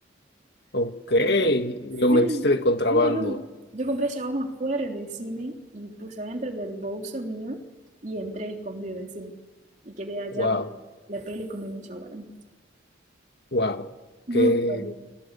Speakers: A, on the left (about 60°); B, on the right (about 40°).
A: Ok.
B: Y yo,
A: Lo
B: sí,
A: metiste de contrabando.
B: no, no. Yo compré shawarma fuera del cine y puse dentro del bolso mío y entré escondido en cine. Y quedé allá
A: Wow,
B: ver la peli comiendo shawarma.
A: wow.
B: Muy
A: Qué,
B: bueno.